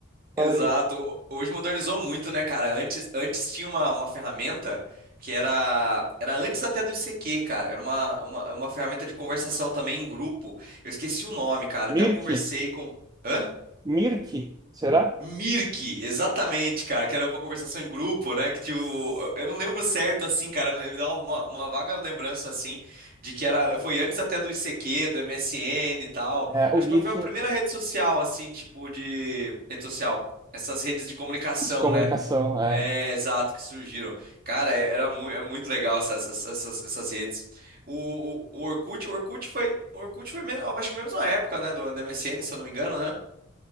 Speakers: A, on the right; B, on the right.
A: Exato.
B: Fala aí.
A: Hoje modernizou muito, né, cara? Antes, antes tinha uma, uma ferramenta que era. Era antes até do ICQ, cara. Era uma, uma, uma ferramenta de conversação também em grupo. Eu esqueci o nome, cara.
B: Mirk?
A: Até eu conversei com. Hã?
B: Mirk? Será?
A: Mirk, exatamente, cara, que era uma conversação em grupo, né? Que tipo,
B: S-
A: eu não lembro certo, assim, cara, me me dá uma, uma vaga lembrança, assim, de que era, foi antes até do ICQ, do MSN e tal.
B: É,
A: Acho
B: o Mirk
A: que foi a primeira rede social, assim, tipo, de. Rede social. Essas redes de comunicação,
B: de comunicação,
A: né?
B: é.
A: É, exato, que surgiram. Cara, é- era mu é muito legal essas, essas, essas, essas redes. O, o, o Orkut, o Orkut foi, o Orkut foi mesmo, acho que mesmo na época, né? Do, do MSN, se eu não me engano, né?